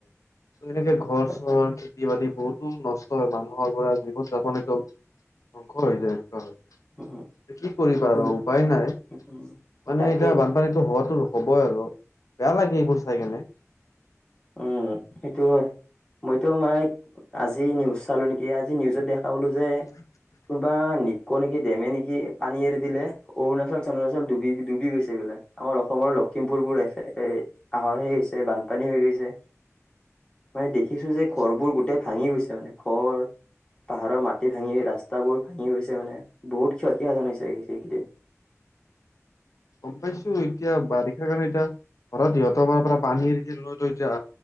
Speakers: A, on the left (about 90°); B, on the left (about 20°).
A: ত এনেকে ঘৰ
B: তাকে
A: চহৰ খেতি -বাতি বহুতো নষ্ট হয় মানুহৰ পৰা জীৱন-যাপন এক ধ্বংস হৈ যায় <unintelligible>
B: উম
A: কি কৰিবা
B: তুম
A: আৰু উপায় নাই
B: উম
A: মানে
B: তাকেই
A: এতিয়া বানপানীটো হোৱাতো ৰ হ'বই আৰু বেয়া লাগে এইবোৰ চাই কেনে
B: উম সেইটো হয় মইতো মাইক আজি নিউজ পালো নেকি আজি নিউজত দেখা পালো যে
A: <inaudible>
B: কোনোবা নিকো নেকি ডেমে নেকি পানী এৰি দিলে অৰুণাচল চৰুণাচল ডুবি ডুবি গৈছে বোলে আমাৰ অসমৰ লখিমপুৰ বোৰ এ আহে হৈছে বানপানী হৈ গৈছে মানে দেখিছো
A: অ
B: যে
A: আচ্ছা
B: ঘৰ বোৰ গোটেই ভাঙি গৈছে মানে ঘৰ পাহাৰৰ মাটি ভাঙি ৰাস্তাবোৰ ভাঙি গৈছে মানে বহুত ক্ষতি সাধন হৈছে সেইকেইদিন <inaudible>
A: গম পাইছো এতিয়া বাৰিষাৰ কাৰণে এতিয়া হঠাৎ ইহঁতৰ ফালৰ পৰা পানী এৰি দিল ন‌ তহ এতিয়া